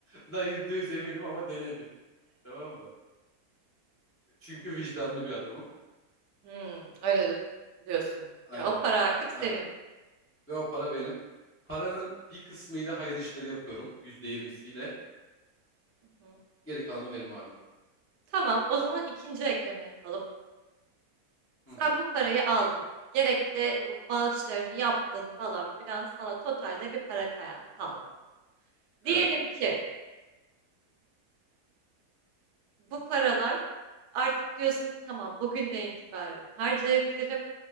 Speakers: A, on the left (about 20°); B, on the right (about 80°).
A: Bundan yüzde yüz eminim ama denedim. Tamam mı? Çünkü vicdanlı bir adamım.
B: Hmm, öyle diyorsun.
A: Aynen.
B: Ya, o para artık senin.
A: Aynen. Ve o para benim. Paranın bir kısmıyla hayır işleri yapıyorum. Yüzde yirmisiyle.
B: Hı hı.
A: Geri kalanı benim abim.
B: Tamam, o zaman ikinci ekleme yapalım. Sen
A: Hı hı.
B: bu parayı aldın. Gerekli bağışlarını yaptın falan filan. Sana totalde bir para kay- kaldı.
A: Evet.
B: Diyelim ki bu paralar artık diyorsun ki tamam bugünden itibaren harcayabilirim.